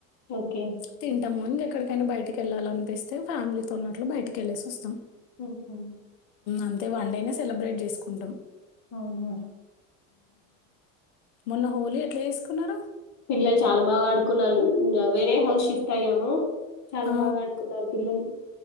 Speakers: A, on the left (about 40°); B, on the left (about 75°).
A: ఓకే
B: తింటాము ఇంకెక్కడికైనా బయటికి వెళ్ళాలనిపిస్తే ఫ్యామిలీతో ఉన్నట్లు బయటికిళ్ళేసి వస్తాము.
A: ఉహూ
B: అంతే వన్డేనే సెలబ్రేట్ చేసుకుంటాం
A: అవునా
B: మొన్న హోలీ ఎట్లా చేసుకున్నారు
A: పిల్లలు చాలా బాగా ఆడుకున్నారు వేరే హౌస్ షిఫ్ట్ అయ్యాము చాలా
B: ఆ!
A: బాగా ఆడుకున్నారు పిల్లలు